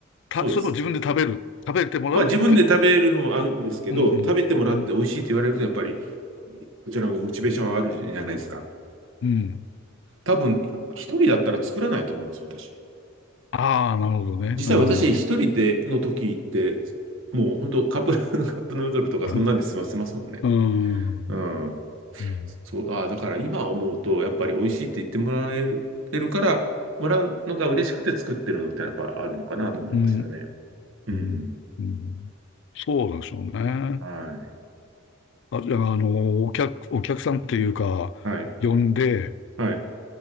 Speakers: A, on the left (about 60°); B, on the right (about 70°).
A: た、
B: そうです。
A: それとも自分で食べる、食べてもらうって、
B: まあ、自分で食べるのもあるんですけど、
A: うんうん、
B: 食べてもらって美味しいって言われると、やっぱり、こちらもモチベーション上がるじゃないですか。
A: うん、うん。
B: 多分、一人だったら作らないと思います、私。
A: ああ、なるほどね。
B: 実際私一人での時って、
A: うん。
B: もう本当カップ、<laughs> カップヌードルとかそんなんで済ませますもんね。
A: <laughs> うん。うん。
B: うん。
A: うん。
B: そう、ああ、だから今思うと、やっぱり美味しいって言ってもらえてるから、もらうのが嬉しくて作ってるのってやっぱあるのかなと思いましたね。
A: うん。う
B: うん。
A: ん。うん。そうなんでしょうね。
B: はい。
A: あ、じゃあ、あの、お客、お客さんっていうか、
B: はい。
A: 呼んで、
B: はい。